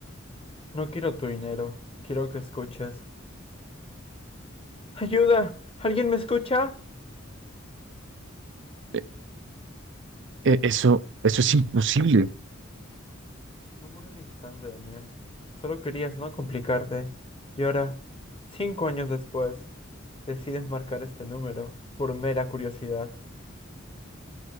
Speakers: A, on the left; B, on the right.
A: No quiero tu dinero, quiero que escuches. ¡Ayuda! ¿Alguien me escucha?
B: Eh, eh, eso, eso es imposible. <gasps>
A: No murió al instante, Daniel. Solo querías no complicarte. Y ahora, cinco años después, decides marcar este número por mera curiosidad.